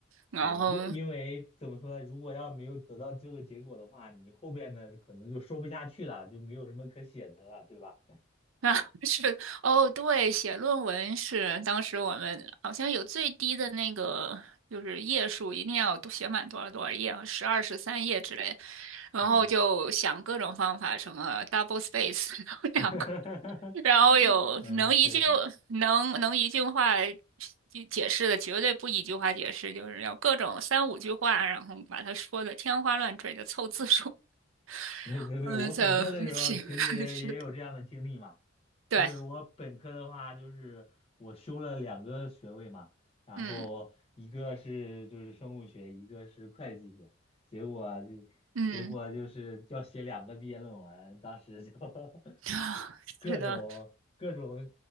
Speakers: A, on the right; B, on the left.
A: 然后
B: 对，因因为怎么说呢，如果要没有得到这个结果的话，你后边的可能就说不下去了，就没有什么可写的了，对吧？
A: 啊 <laughs> 是哦，对，写论文是当时我们好像有最低的那个就是页数，一定要都写满多少多少页，啊，十二十三页之类然后就想各种方法，
B: 嗯。
A: 什么 double space，<laughs> 然后两个。
B: <laughs>
A: 然后有能一句能能一句话
B: 嗯，确实，
A: 解解释的，绝对不一句话解释，就是要各种三五句话，然后把它说的天花乱坠的凑字数。
B: 对对对，
A: <laughs> 嗯，
B: 我本科的时候其实也有这样的经历嘛，
A: 在这个 <laughs> 是的，对，
B: 因为我本科的话就是我修了两个学位嘛，然后一个是就是生物学，
A: 嗯
B: 一个是会计学，结果就结果就是要写两个毕业论文，
A: 嗯，
B: 当时就 <laughs>
A: <laughs> 啊是的，
B: 各种各种